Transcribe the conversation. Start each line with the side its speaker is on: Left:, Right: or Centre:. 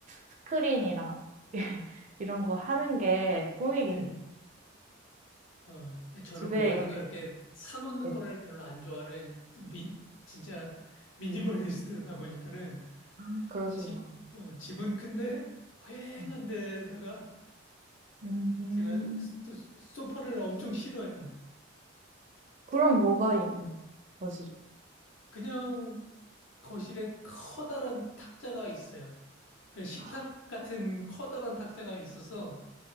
Right: 스크린이랑 <laughs> 이런 거 하는 게 꿈이긴
Left: 네.
Right: 해요.
Left: 어, 저는
Right: 집에
Left: 뭐 같은
Right: 이렇게
Left: 거 이렇게 사놓는
Right: 네.
Left: 거를 별로 안 좋아하는 미, 진짜 미니멀리스트다 보니까는
Right: 아, 그러시구나.
Left: 집, 어, 집은 큰데 휑한
Right: 음,
Left: 데다가
Right: 음.
Left: 제가 또 소파를 엄청 싫어해요.
Right: 그럼 뭐가 있는 거지?
Left: 그냥 거실에 커다란 탁자가 있어요. 그런 식탁
Right: 아,
Left: 같은 커다란 탁자가 있어서